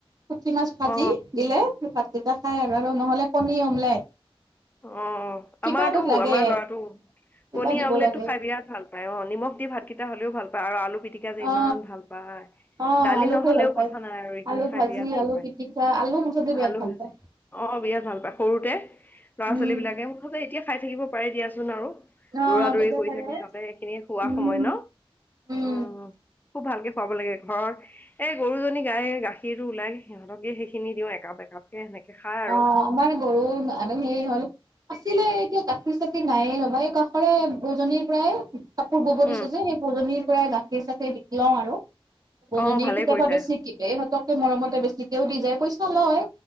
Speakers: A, on the right; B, on the left.
A: পুঠি মাছ ভাজি
B: অ
A: দিলে ভাতকেইটা খাই আৰু আৰু নহ'লে কণী অমলেট।
B: অ',
A: কিবাটোত
B: আমাৰতো
A: লাগে
B: আমাৰ ল'ৰাটোও,
A: কিবা
B: কণী
A: দিব
B: আমলেটটো
A: লাগে
B: খাই বিৰাট ভাল অ', নিমখ দি ভাতকেইটা হ'লেও ভালপায় আৰু আলু পিটিকা যে
A: অ
B: ইমান ভালপায়।
A: অ
B: দালি
A: আলু
B: নহ'লেও
A: খাই ভাল পায়
B: কথা নাই আৰু এইখিনি
A: আলু
B: খাই
A: ভাজি
B: বিৰাট ভালপায়
A: আলু পিটিকা আলু মুঠতে বিৰাট
B: আলু
A: ভাল
B: ভাজি
A: পায়
B: অ', বিৰাট ভালপায় সৰুতে ল'ৰা
A: উম
B: ছোৱালীবিলাকে মুঠতে এতিয়া খাই থাকিব পাৰে দিয়াচোন আৰু।
A: অ
B: দৌৰা, দৌৰি
A: বুজা
B: কৰি
A: পাৰে
B: থাকে সিহতে সেইখিনিয়ে খোৱা
A: উম
B: সময় ন,
A: উম
B: অ'। খুব ভালকে খুৱাব লাগে ঘৰৰ এই গৰুজনী গাই- গাখীৰটো ওলাই সিহঁতকে সেইখিনি দিওঁ একাপ, একাপকে সেনেকে খাই
A: অ
B: আৰু।
A: আমাৰ গৰু <unintelligible> হ'ল আছিলে এতিয়া গাখীৰ চাখীৰ নাইয়ে ৰ'বা এই কাষৰে বৌজনীৰ পৰাই কাপোৰ ব'ব দিছ
B: উম
A: যে, সেই বৌজনীৰ পৰাই গাখীৰ চাখীৰ লওঁ আৰু। বৌজনীয়ে
B: অ ভালে
A: কেতিয়াবা
B: কৰিছে
A: বেছিকে এই ইহঁতকে মৰমতে বেছিকেও দি যায় পইচা লয়,